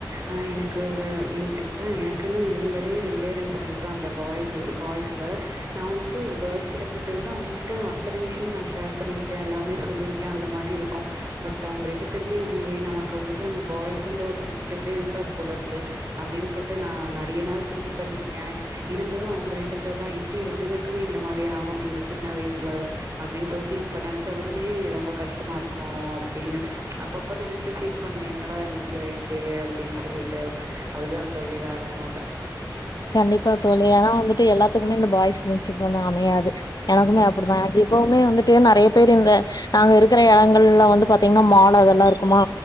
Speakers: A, on the right (about 40°); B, on the left (about 60°).
A: ஆ எனக் கு ஒரு ன் அதா எனக்குன்னு இருந்ததே ரெண்டே ரெண்டு ஃப்ரெண்ட்ஸ்தா அந்த பாய்ஸ் பாய்ஸ்ல நா வந்துட்டு கேர்ள்ஸ் கிட்ட பேசறத விட அவுங்ககிட்ட அத்தன விஷயம் நா ஷேர் பண்ணிருக்கே எல்லாமே சொல்லியிருக் கே அந்த மாரி இருக்கு பட் அவுங்க ரெண்டு பெருமே இல்லியே நமக்கு வந்துட்டு அந்த பாய்ஸ்ன்ற ஒரு ஃப்ரெண்ட்ஷிப்பே இருக்காது போல இருக்கு அப்டின்னு சொல்ட்டு நா நறைய நாள் ஃபீல் பண்ணிருக்கே இருந்தது அவுங்க ரெண்டு பேர் தா எப்டி ரெண்டு பேர் க்குமே இந்த மாரி ஆகும் இந்த சின்ன வயசுல அப்டின் சொல்ட்டு இப்ப நெனச்சாலுமே ரொம்ப கஷ்டமா இருக் கு அப்டின் அப்பப்ப நெனச்சு ஃபீல் பண்ணுவ என்னடா அது இப்டி ஆயிடுச்சே அப்டின் சொல்லி ட்டு அதுதா தோழி வேற ஒன்னு இல்ல
B: கண்டிப்பா தோழி ஏனா வந்துட்டு எல்லாத்துக்குமே இந்த பாய்ஸ் ஃப்ரெண்ட்ஷிப் வந்து அமையாது எனக்குமே அப்படிதா எப்வுமே வந்துட்டு நறைய பேர் இந்த நாங்க இருக்குற எடங்கள்ல வந்து பாத்தீங்கன்னா மால் அதெல்லா இருக்குமா